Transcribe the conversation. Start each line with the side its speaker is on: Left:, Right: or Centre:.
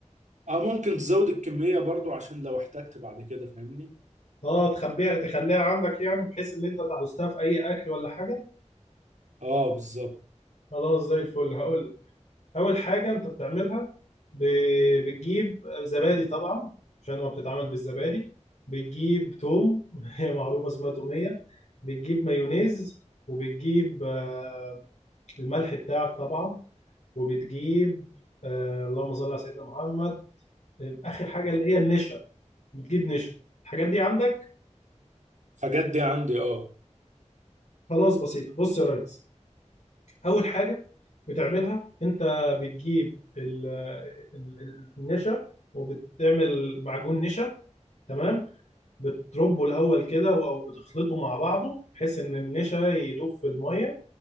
Right: اه ممكن تزود الكميه برضو عشان لو احتجت بعد كده فاهمني
Left: أه تخبيها تخليها عندك يعني بحيث إن أنت تعوزتها في أي أكل ولا حاجة؟
Right: اه بالظبط
Left: خلاص زي الفل هقول اول حاجه انت بتعملها ب- بتجيب زبادي طبعا عشان هو بتتعمل بالزبادي بتجيب توم <laughs> هي معروفه اسمها توميه بتجيب مايونيز وبتجيب آه، الملح بتاعك طبعا وبتجيب آه، اللهم صل على سيدنا محمد اخر حاجه اللي هي النشا بتجيب نشا الحاجات دي عندك
Right: الحاجات دي عندي اه
Left: خلاص بسيطه بص يا ريس اول حاجه بتعملها انت بتجيب ال- ال- النشا وبتعمل معجون نشا تمام بتربه الاول كده او بتخلطه مع بعضه بحيث ان النشا يدوب في الميه